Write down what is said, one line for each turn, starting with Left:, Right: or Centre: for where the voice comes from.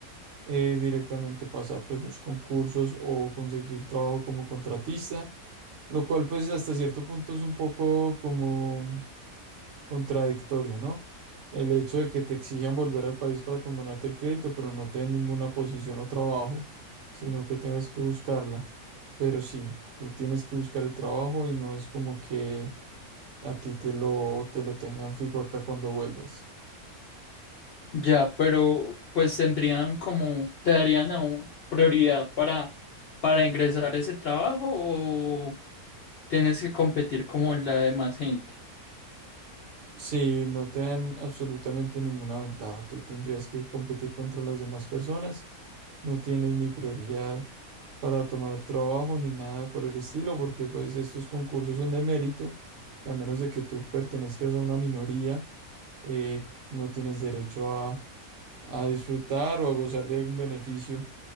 Right: eh, directamente pasar pues los concursos o conseguir trabajo como contratista, lo cual pues hasta cierto punto es un poco como contradictorio, ¿no? El hecho de que te exijan volver al país para condonarte el crédito, pero no te den ninguna posición o trabajo, sino que tengas que buscarla. Pero sí, tú tienes que buscar el trabajo y no es como que a ti te lo, te lo tengan fijo acá cuando vuelvas.
Left: Ya, pero pues tendrían como, te darían aún prioridad para, para ingresar a ese trabajo o tienes que competir como la demás gente.
Right: Si no te dan absolutamente ninguna ventaja, tú tendrías que competir contra las demás personas, no tienes ni prioridad para tomar trabajo ni nada por el estilo, porque pues estos concursos son de mérito, y a menos de que tú pertenezcas a una minoría, eh, no tienes derecho a, a disfrutar o a gozar de algún beneficio,